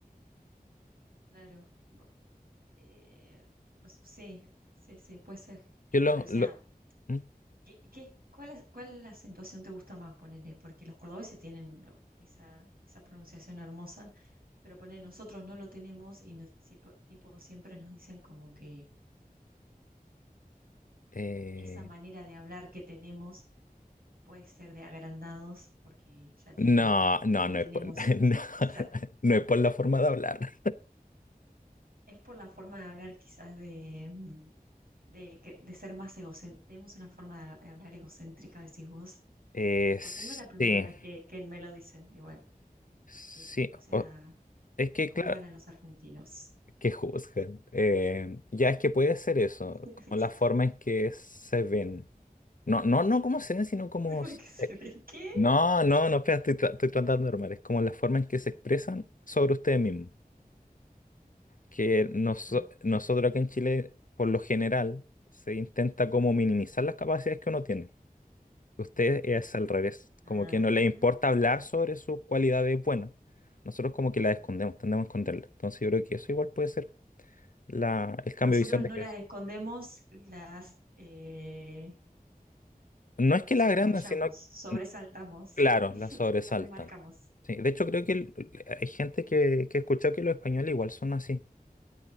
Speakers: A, on the right; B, on the left.
A: Claro, Bu- eh, pues, sí, sí, sí, puede ser.
B: Yo lo...
A: Pero o sea,
B: lo- ¿Mm?
A: ¿qué, qué- cuál, es- cuál acentuación te gusta más, ponele? Porque los cordobeses tienen ¿no? esa, esa pronunciación hermosa, pero ponele, nosotros no lo tenemos y nos- si po- tipo, siempre nos dicen como que
B: Eh,
A: esa manera de hablar que tenemos puede ser de agrandados, porque ya te
B: no,
A: digo,
B: no,
A: no
B: no
A: tenemos
B: es por, <laughs> no,
A: esa...
B: no es por la forma de hablar.
A: Es por la forma de hablar quizás de mm, de, que- de ser más egocéntrica. Tenemos una forma de, ha- de hablar egocéntrica, decís vos.
B: Eh,
A: Porque
B: sí,
A: no es la primera vez que, que me lo dicen, igual.
B: sí.
A: Que, o sea,
B: o- es que,
A: que juzgan
B: claro.
A: a los argentinos.
B: que juzguen. Eh, ya es que puede ser eso,
A: <laughs>
B: como la forma en que se ven. No, no, no como se ven, sino como...
A: Bueno,
B: s-
A: hay que se
B: eh,
A: ve. ¿Qué?
B: No, no, no, espera, estoy, tra- estoy tratando de normal. Es como la forma en que se expresan sobre ustedes mismos. Que noso-
A: Ajá,
B: nosotros acá en Chile, por lo general, se intenta como minimizar las capacidades que uno tiene. Ustedes es al revés,
A: ajá.
B: como que no les importa hablar sobre sus cualidades buenas. Nosotros como que las escondemos, tendemos a esconderlas. Entonces yo creo que eso igual puede ser la, el cambio
A: Nosotros
B: de visión de
A: no
B: que
A: las escondemos, las eh,
B: No es que
A: subrayamos,
B: la agrandan, sino,
A: sobresaltamos,
B: mm, claro, la sobresaltan.
A: las remarcamos.
B: Sí, de hecho, creo que el- hay gente que, que he escuchado que los españoles igual son así,